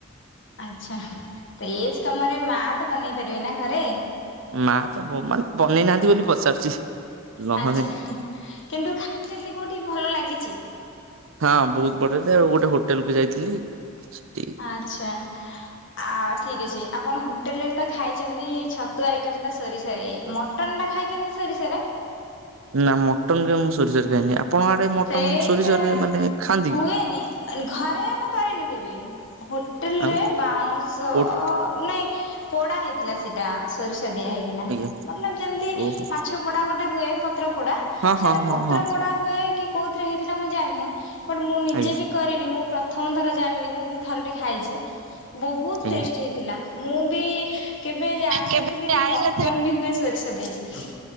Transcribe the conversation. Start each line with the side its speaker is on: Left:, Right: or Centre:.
Left: ଆଚ୍ଛା ତ ଏଜ କାମରେ ମା ତ ବନେଇ ପାରିବେ ନା ଘରେ?
Right: ମା ତ ମାନେ ବନେଇ ନାହାନ୍ତି ବୋଲି ପଚାରୁଛି? ନହେଲେ
Left: ଆଚ୍ଛା କିନ୍ତୁ ଖାଇଛନ୍ତି କୋଉଠି ଭଲ ଲାଗିଛି?
Right: ହଁ ବହୁତ ବଡରେ ଆଉ ଗୋଟେ ହୋଟେଲକୁ ଯାଇଥିଲି ସେଠି
Left: ଆଚ୍ଛା। ଆ ଠିକ ଅଛି ଆପଣ ହୋଟେଲରେ ତ ଖାଇଛନ୍ତି ଛତୁ ଆଇଟମ
Right: ସେଠି
Left: ଟା ସୋରିଷରେ ମ ମଟନଟା ଖାଇଛନ୍ତି ସରିଷରେ?
Right: ନା ମଟନ କେବେ ମୁଁ ସୋରିଷରେ ଖାଇନି ଆପଣଙ୍କ ଆଡେ ମଟନ୍
Left: ସେଇଟା
Right: ସୋରିଷରରେ ମାନେ ଖାଆନ୍ତି
Left: ହୁଏନି
Right: କି?
Left: ଘରେ ଆମେ କରିନୁ କେବେ ହୋଟେଲରେ
Right: ଆଉ
Left: ବାଉଁଶ ଅ
Right: କୋଉଠି
Left: ନାଇ ପୋଡା ହେଇଥିଲା ସେଇଟା ସୋରିଷ ଦିଆ ହେଇକିନା
Right: ଆଜ୍ଞା
Left: ମତଲବ୍ ଯେମିତି
Right: ଓହୋ
Left: ମାଛ ପୋଡା ଗୋଟେ ହୁଏ ପତ୍ର ପୋଡା
Right: ହଁ
Left: ସେଟା
Right: ହଁ ହଁ
Left: ପତ୍ର
Right: ହଁ
Left: ପୋଡା ହୁଏ କି କୋଉଥିରେ ହେଇଥିଲା ମୁଁ ଜାଣିନି ବଟ ମୁଁ ନିଜେ
Right: ଆଜ୍ଞା
Left: ବି କରିନି ମୁଁ ପ୍ରଥମ ଥର ଜାଣିଲି ମୁଁ ବି ଥରେ ଖାଇଛି ବହୁତ
Right: ଆଜ୍ଞା।
Left: ଟେଷ୍ଟ ହେଇ ଥିଲା ମୁଁ ବି କେବେ ଜାଣି
Right: କେବେ
Left: ନଥିଲି
Right: ଜାଣିନଥିଲି।
Left: କି ମଟନ ବି ହୁଏ ସୋରିଷ ଦେଇକି।